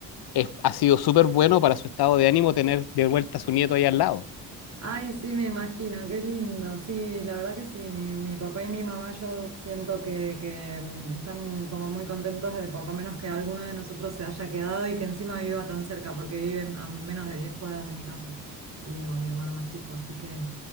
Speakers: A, on the left; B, on the right.
A: es, ha sido súper bueno para su estado de ánimo tener de vuelta a su nieto ahí al lado.
B: Ay, sí, me imagino, qué lindo. Sí, la verdad que sí, mi, mi papá y mi mamá yo siento que, que, mm, están como muy contentos de por lo menos que alguno de nosotros se haya quedado y que encima viva tan cerca, porque vive a menos de 10 cuadras de mi casa, Diego, mi hermano más chico. Así que